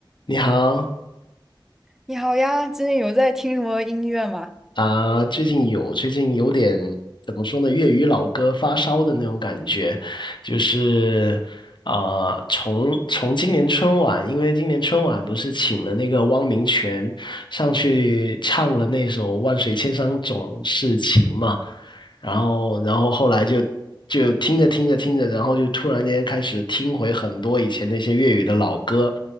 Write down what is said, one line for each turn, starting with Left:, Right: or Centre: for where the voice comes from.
Left: 你好
Centre: 你好呀，最近有在听什么音乐吗？
Left: 啊，最近有最近有点怎么说呢？粤语老歌发烧的那种感觉，就是啊、从从今年春晚，因为今年春晚不是请了那个汪明荃上去唱了那首《万水千山总是情》嘛，然后然后后来就就听着听着听着，然后就突然间开始听回很多以前那些粤语的老歌。